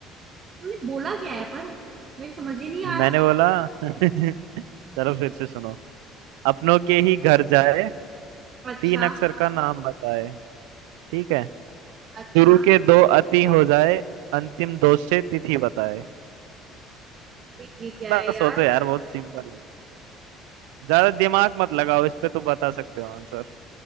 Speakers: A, on the right; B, on the right.
A: तुमने बोला क्या है पर मेरी समझ ही नहीं आया
B: मैंने बोला <laughs> चलो फिर से सुनो अपनों के ही घर जाए
A: अच्छा
B: तीन अक्षर का नाम बताए ठीक है
A: अच्छा
B: शुरू के दो अति हो जाए अंतिम दो से तिथि बताए
A: अरे ये क्या
B: थोड़ा
A: है यार
B: सोचो यार बहुत सिंपल है ज्यादा दिमाग मत लगाओ इस पे तो बता सकते हो आंसर